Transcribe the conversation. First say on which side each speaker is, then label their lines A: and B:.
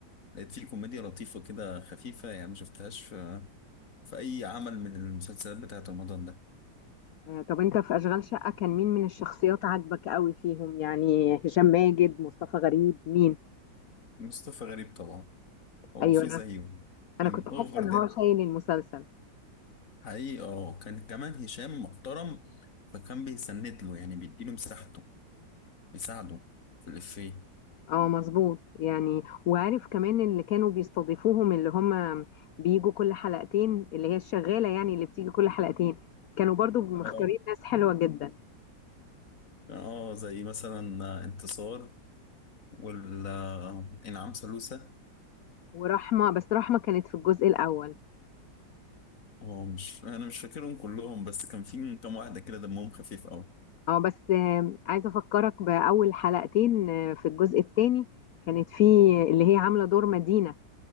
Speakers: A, on the left; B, on the left.
A: لقيت فيه كوميديا لطيفة كده خفيفة يعني ما شفتهاش في في أي عمل من المسلسلات بتاعة رمضان ده
B: آه، طب أنت في أشغال شقة كان مين من الشخصيات عاجبك قوي فيهم يعني هشام ماجد مصطفى غريب مين
A: مصطفى غريب طبعا هو
B: أيوة
A: فيه
B: أنا
A: زيه
B: أنا
A: كان
B: كنت حاسة
A: أوفر
B: إن
A: ده
B: هو شايل المسلسل
A: حقيقي اه كان كمان هشام محترم فكان بيسند له يعني بيديله مساحته بيساعده في الإفيه
B: اه مظبوط يعني وعارف كمان اللي كانوا بيستضيفوهم اللي هم بيجوا كل حلقتين اللي هي الشغالة يعني اللي بتيجي كل حلقتين كانوا برضو مختارين
A: اه
B: ناس حلوة جدا
A: اه زي مثلا انتصار وال آه، انعام سالوسة
B: ورحمة بس رحمة كانت في الجزء الأول
A: اه مش انا مش فاكرهم كلهم بس كان في كام واحدة كده دمهم خفيف قوي
B: اه بس آه، عايزة أفكرك بأول حلقتين آه، في الجزء الثاني كانت في اللي هي عاملة دور مدينة